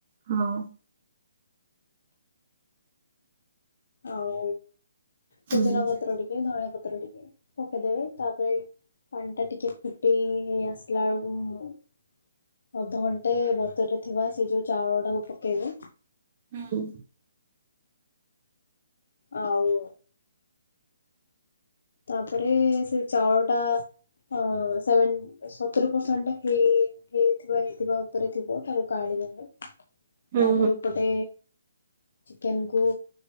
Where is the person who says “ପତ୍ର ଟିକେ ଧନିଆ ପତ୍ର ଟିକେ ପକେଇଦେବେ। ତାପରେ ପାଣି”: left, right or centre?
Left